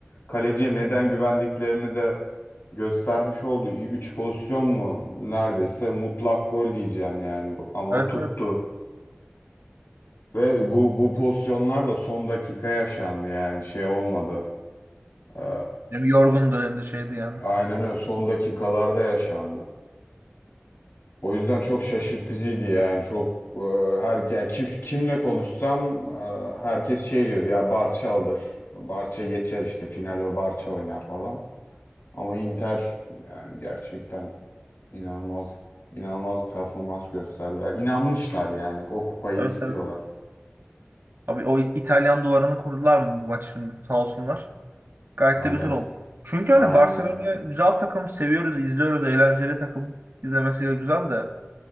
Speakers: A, on the left; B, on the right.
A: kaleciye neden güvendiklerini de göstermiş oldu. üç pozisyon mu neredeyse mutlak gol diyeceğim yani ama
B: Evet
A: tuttu.
B: evet.
A: Ve bu bu pozisyonlar da son dakika yaşandı yani şey olmadı. Ee,
B: Hem yorgundu hem de şeydi yani.
A: aynen öyle son dakikalarda yaşandı. O yüzden çok şaşırtıcıydı yani çok e, her yani kim- kimle konuşsam e, herkes şey diyordu ya Barça alır. Barça geçer işte final o Barça oynar falan. Ama Inter yani gerçekten inanılmaz inanılmaz bir performans gösterdiler. İnanmışlar yani o kupayı
B: Evet
A: istiyorlar.
B: evet. Abi o İ- İtalyan duvarını kurdular mı bu maç şimdi sağ olsunlar. Gayet
A: Aynen.
B: de güzel oldu. Çünkü
A: Aynen
B: hani Barcelona
A: öyle.
B: güzel takım, seviyoruz, izliyoruz, eğlenceli takım. İzlemesi de güzel de.